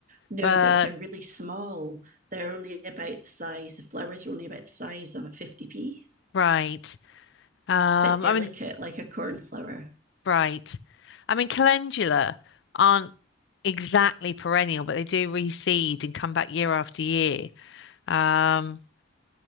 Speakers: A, on the right; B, on the left.
A: No,
B: but
A: they're they're really small. They're only about the size. The flowers are only about the size of a 50p.
B: right. Um,
A: but delicate
B: I mean,
A: like a cornflower.
B: right. I mean, calendula aren't exactly perennial, but they do reseed and come back year after year. Um,